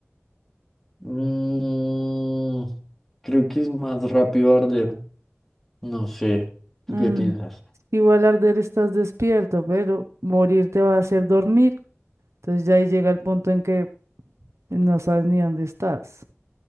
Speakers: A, in the centre; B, on the right.
A: Mm, creo que es más rápido arder. No sé. ¿Tú
B: Mm,
A: qué piensas?
B: Igual arder estás despierto, pero morir te va a hacer dormir. Entonces ya ahí llega el punto en que no sabes ni dónde estás.